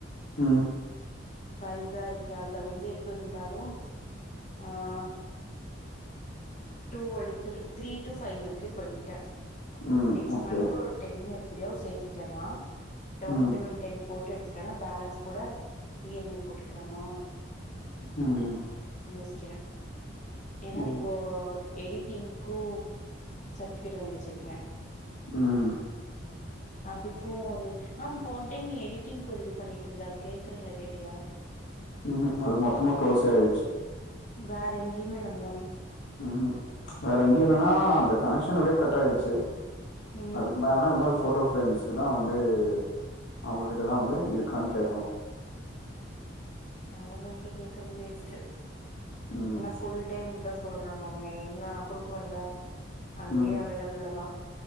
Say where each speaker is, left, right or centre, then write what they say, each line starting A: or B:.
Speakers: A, on the left (about 60°); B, on the left (about 40°).
A: ம்
B: பைஃவ்வுதான் இருக்கு அதுல வந்து எப்ப இருந்தாலும் ஆஹ டூ எடுத்து த்ரீ டூ பைவ் இருக்கு இப்ப எங்கிட்ட
A: ம்
B: நெக்ஸ்ட்
A: ஓகே
B: மந்த்க்கு ஒரு டென்னு எப்புடியா சேத்திட்டேனா டவுன்
A: ம்
B: பேமெண்ட் டென் போட்டு எடுச் பேலன்ஸ் கூட இஎம்ஐ போட்டுக்கிலாமா
A: ம்
B: யோசிக்கிறன் ஏனன்னா
A: ஓ
B: இப்போ எடிட் டிங்கு சர்டிபிகேட் வாங்கி வச்சிருக்கேன்
A: <unintelligible>
B: அதுக்கும் ஒரு ஆ இப்ப போன டைம் நீ எடிட்டிங்க்கு ஒரு இது பண்ணிட்டு இருந்தல அங்க கேக்குறேன்ல கேட்டியா
A: உஹம் அது மொத்தமா க்ளோஸ் ஆயிச்சு
B: வேறயெங்க இய்மெல் அந்த மாரியி
A: ம்ம் வேற எங்கயறன்னா இந்தந்த கனெக்ஷன் எப்டியே கட் ஆயிருச்சு
B: ம்
A: அதுக்கு மேலனா போட்டோ பிரரேம்ஸ்க்கு தான் வந்து அவங்ககிட்டதான் வந்து இருக்கான்னு கேட்கனும்
B: அவங்கிளட்ட கேக்குறது வேஸ்ட்டு
A: ம்.
B: புல் டைம் தான் சொல் சொறாங்க அவங்க என்ன குடுக்குவேல அங்கேயே
A: ம்.
B: அவைலபிள் தான்